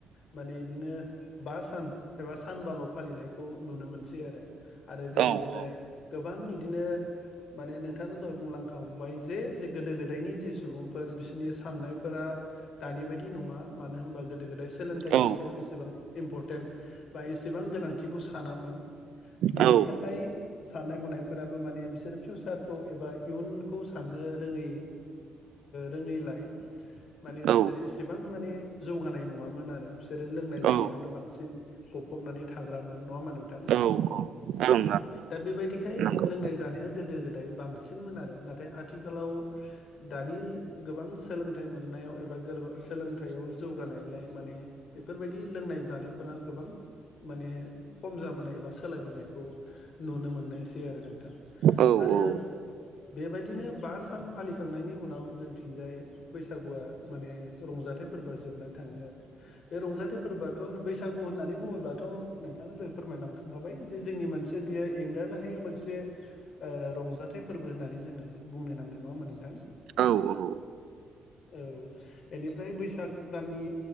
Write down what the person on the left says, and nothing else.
माने बिदिनो बा सान एबा सानबाल' फालिनायखौ नुनो मोनसै आरो आरो गोदो
गोदाय
गोबां बिदिनो माने नोंथां दहाय बुंलां खांबाय जे जे गोदो गोदायनि जे सुबुंफोर बिसोरनि साननायफोरा दानि बायदि नङा मानो होनबा गोदो गोदाय सोलोंथाइनि
सायाव एसेबां इम्पर्टेन्ट बा एसेबां गोनांथिखौ सानामोन बेनि
थाखाय साननाय हनायफोराबो माने बिसोरो फिउचारखौ एबा इयुन बे खौ साननो रोङै रोङैलाय माने
बिसोरो एसेबां माने जौगानाय नङामोन आरो बिसोरो लोंनाय
जानायावनो बांसिन गफबनानै थाग्रामोन नङामा नोंथां
दा बेबायदिखाय
लोंनाय जानाया गोदो गोदाय बांसिनमोन आरो नाथाय नाथाय आथिखालाव दानि गोबां सोलोंथाइ मोननायाव एबा सोलोंथाइयाव जौगानायलाय माने बेफोरबायदि लोंनाय जानायफोरा गोबां माने खम जाबोनाय एबा सोलायबोनायखौ नुनो मोननायसै आरो नोंथां
आरो
बेबायदिनो बा सान फालिखांनायनि उनाव जोंथिंजाय बैसागुआ माने रंजाथाइ फोरबोआ जोबनानै थाङो आरो बे रंजाथाइ फोरबोआथ' आरो बैसागु होननानै बुङोब्लाथ' नोंथाङा जै फोरमायलांखा खाबाय जे जोंनि मोनसे बियो एंगारनो हायो मोनसे रंजाथाइ फोरबो होननानै जोङो बुंनो नांगोन नङामोन नोंथां
औ बेनिफ्राय बैसाग दाननि